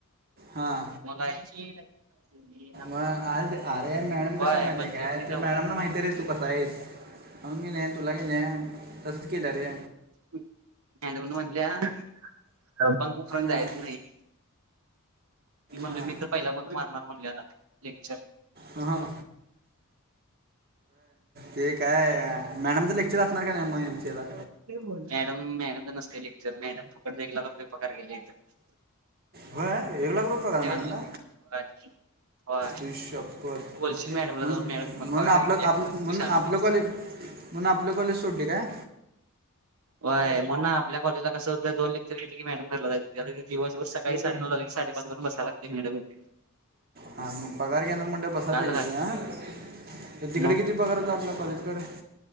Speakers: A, on the right; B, on the right.
A: हां
B: <unintelligible>
A: मग आज अरे मॅडम
B: होय
A: कशा माहितीय
B: पंच्याऐंशीच्या
A: काय
B: वर
A: मॅडमला माहिती रे तू कसा आहेस? अ कि नी तुला कीनाय तसच केलं रे.
B: मॅडम न म्हणल्या <unintelligible> फून जायच
A: हां
B: नाही मी म्हणले
A: हां
B: मी तर पहिला बंक मारणार म्हणलेला लेक्चर
A: हां हां ते काय मॅडम तर लेक्चर असणार का मग एम सीए ला.
B: मॅडम मॅडम तर नसते लेक्चर मॅडम फुकटच एक लाख पगार घ्यायला येतात.
A: होय एक लाख रुपये पगार आहे मॅडमला.
B: का तुला होय होय
A: आई शपथ
B: बोलशील मॅडमला
A: म्हण
B: जाऊन मॅडम मला
A: म्हणून
B: पगार
A: आपलं
B: किती
A: आपलं
B: म्हणून तू
A: म्हण
B: शहाणा
A: आपलं
B: नाहीस
A: कॉलेज. म्हणून आपलं कॉलेज सोडली काय?
B: होय म्हणून आपल्या कॉलेजला कसं होतं दोन लेक्चर केले की मॅडम घरला जायची जा दिवस सक काही साडे नऊ आलं साडेपाच वाज बसाय लागते मॅडमला.
A: हां मगं पगांर घेणारं म्हणे बसां पाहिजे
B: काय
A: की हां तरं तिकडे
B: मग
A: किती पगांर होतं आपलां कॉलेज कडे